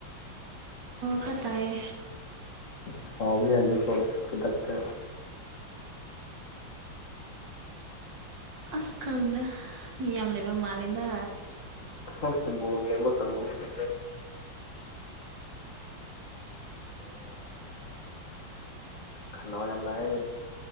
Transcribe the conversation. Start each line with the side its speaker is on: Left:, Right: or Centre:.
Right: ꯈꯇꯥꯌꯦ
Left: ꯁꯧꯕ ꯌꯗꯦꯀꯣ ꯈꯨꯗꯛꯇ
Right: ꯑꯁ ꯈꯪꯗ ꯃꯤ ꯌꯥꯝ ꯂꯩꯕ ꯃꯥꯜꯂꯦꯗ
Left: ꯍꯣ ꯌꯦꯡꯕ ꯀꯪꯕꯨꯅꯦ ꯈꯥꯟꯅꯥ ꯋꯥ ꯌꯥꯝ ꯌꯥꯝ ꯏ